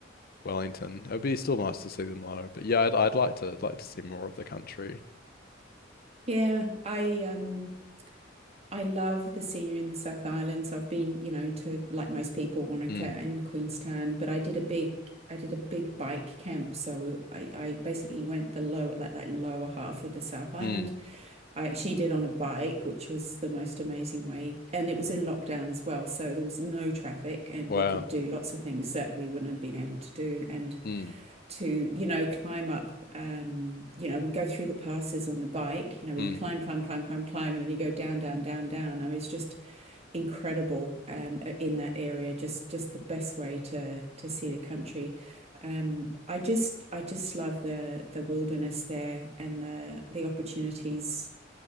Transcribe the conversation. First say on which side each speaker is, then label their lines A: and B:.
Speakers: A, on the left; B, on the right.
A: Wellington. It would be still nice to see them though. But yeah, I'd I'd like to like to see more of the country.
B: Yeah. I, um, I love the scenery in the South Island. So I've been, you know, to like most people, Wanaka
A: Mm,
B: and Queenstown, but I did a big I did a big bike camp. So I, I basically went the lower like that lower half of the South Island.
A: mm,
B: I actually did on a bike, which was the most amazing way. And it was in lockdown as well. So there was no traffic and
A: wow.
B: we could do lots of things that we wouldn't have been able to do. And
A: Mm,
B: to, you know, climb up, um, you know, we'll go through the passes on the bike, you know, where
A: mm,
B: you climb, climb, climb, climb, climb, and then you go down, down, down, down. I mean, it's just incredible um, in that area. Just, just the best way to to see the country. Um, I just, I just love the the wilderness there and the the opportunities